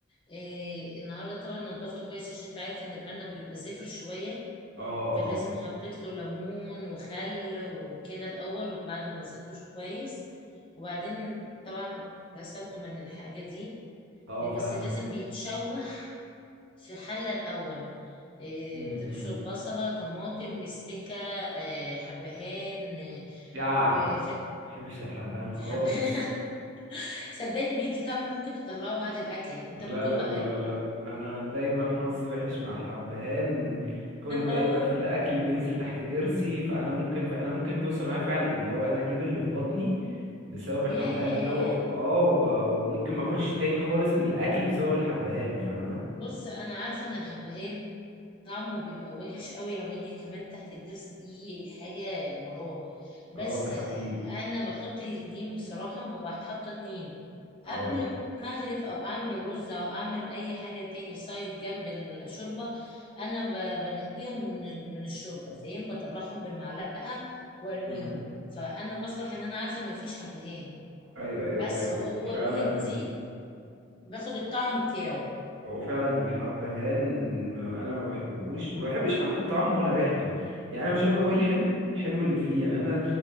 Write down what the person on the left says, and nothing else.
إيه النهارده طبعا نضفته كويس عشان انت عارف ان الارنب بيبقى زفر شويه
فلازم
حطيت له ليمون وخل وكده الاول وبعد ما غسلتوش كويس وبعدين طبعا غسلته من الحاجه دي
إيه
بس لازم بيتشوح في حله الاول إيه
تبشر بصله طماطم مستكه إيه حبهان إيه
كو- إيه ف-
في حبهان <laughs> صدقني بيدي طعم ممكن تطلعه بعد الاكل يعني انت
ممكن
بقى
اه
ياه
بص انا عارفه ان الحبهان طعمه بيبقى وحش قوي لما يجي كمان تحت الضرس دي حاجه مراره بس
انا بحط الاتنين بصراحه ببقى حاطه اتنين
قبل ما اغرف او اعمل الرز او اعمل اي حاجه تاني سايد جنب الشوربه انا ب- بنقيهم من من الشوربه فاهم بطلعهم بالمعلقه وارميهم
فانا بصبح ان انا عارفه ان مفيش حبهان
بس
هو
بيدي
باخد الطعم بتاعه